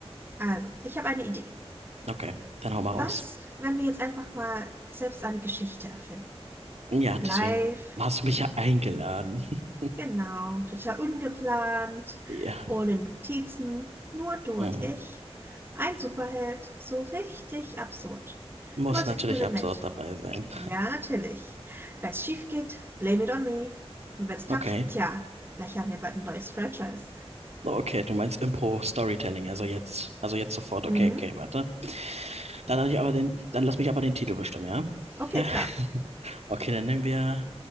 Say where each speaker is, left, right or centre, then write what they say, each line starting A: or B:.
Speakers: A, on the right; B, on the right.
A: Also, ich habe eine Idee.
B: Okay, dann hau mal
A: Was,
B: raus.
A: wenn wir jetzt einfach mal selbst eine Geschichte erfinden?
B: Ja, deswegen
A: Live,
B: hast du mich ja eingeladen. <laughs>
A: genau, total ungeplant,
B: Ja,
A: ohne Notizen, nur du
B: hm.
A: und ich. Ein Superheld, so richtig absurd.
B: Muss
A: Nur als
B: natürlich
A: Experiment.
B: absurd dabei sein.
A: Ja, natürlich. Wenn's schief geht, blame it on me. Und wenn's klappt,
B: Okay.
A: tja, vielleicht haben wir bald ein neues Franchise.
B: Oh, Okay, du meinst Impro-Storytelling, also jetzt, also jetzt sofort.
A: Mhm,
B: Okay, okay, warte. Dann lass ich aber den, dann lass mich aber den Titel bestimmen, ja?
A: okay,
B: Ja.
A: klar.
B: <laughs> Okay, dann nehmen wir